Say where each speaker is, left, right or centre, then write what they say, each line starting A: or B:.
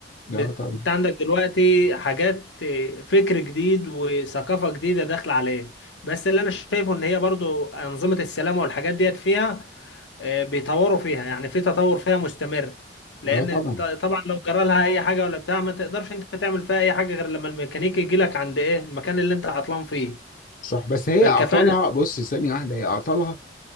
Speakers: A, on the left; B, on the left.
A: لا
B: ب-
A: طبعا
B: أنت عندك دلوقتي حاجات فكر جديد وثقافة جديدة داخلة عليه بس اللي أنا شايفه إن هي برضو أنظمة السلامة والحاجات ديت فيها آه، بيطوروا فيها يعني في تطور فيها مستمر لان
A: اه طبعا
B: ط- طبعا لو جرى لها اي حاجه ولا بتاع ما تقدرش انت تعمل فيها اي حاجه غير لما الميكانيكي يجي لك عند ايه المكان اللي انت عطلان فيه
A: صح بس هي
B: فالكفاءه
A: اعطالها بص ثانيه واحده هي اعطالها